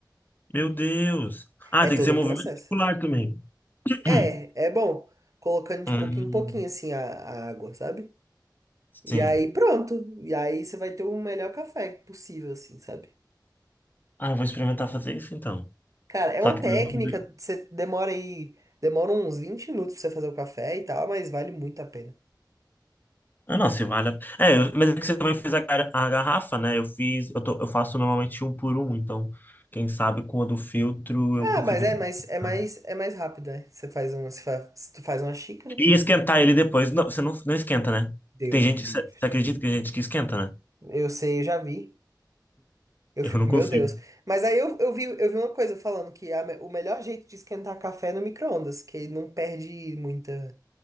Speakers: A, on the left; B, on the right.
A: Meu Deus. Ah,
B: É
A: tem
B: todo
A: que ser
B: um
A: movimento
B: processo.
A: circular também. <clears throat>
B: É, é bom colocando de
A: Hum,
B: pouquinho em pouquinho assim a, a água, sabe? E
A: sim.
B: aí pronto. E aí você vai ter o melhor café possível assim, sabe?
A: Ah, eu vou experimentar fazer isso então.
B: Cara, é
A: Só
B: uma
A: que.
B: técnica,
A: daí eu vou fazer-
B: você demora aí, demora uns 20 minutos pra você fazer o café e tal, mas vale muito a pena.
A: Ah, não, se vale. a- É, eu- mas é que você também fez a, gar- a garrafa, né? Eu fiz. Eu, tô- eu faço normalmente um por um, então. Quem sabe quando filtro eu
B: Ah,
A: consigo.
B: mas é,
A: fazer.
B: mas é mais é mais rápido, né? Você faz uma, você fa- se tu faz uma xícara,
A: E esquentar ele depois. Não, você não, não esquenta, né?
B: Deus
A: Tem gente.
B: me livre.
A: Você você acredita que tem gente que esquenta, né?
B: Eu sei, eu já vi. Eu
A: Eu
B: fico,
A: não consigo.
B: meu Deus. Mas aí eu, eu vi, eu vi uma coisa falando que a me- o melhor jeito de esquentar café é no micro-ondas, que não perde muita